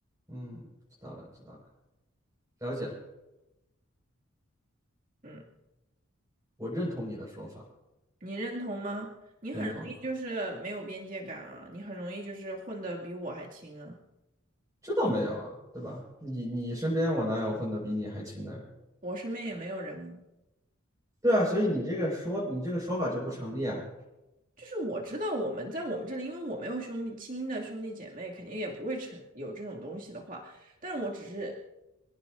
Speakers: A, on the right; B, on the right.
A: 嗯，知道了，知道了，了解了。
B: 嗯，
A: 我认同你的说法，
B: 你认同吗？
A: 认同。
B: 容易就是没有边界感啊，你很容易就是混得比我还亲啊，
A: 知道没有啊？对吧？你你身边我哪有混得比你还勤的人？
B: 我身边也没有人啊。
A: 对啊，所以你这个说你这个说法就不成立啊。
B: 就是我知道我们在我们这里，因为我没有兄弟亲的兄弟姐妹，肯定也不会成有这种东西的话，但是我只是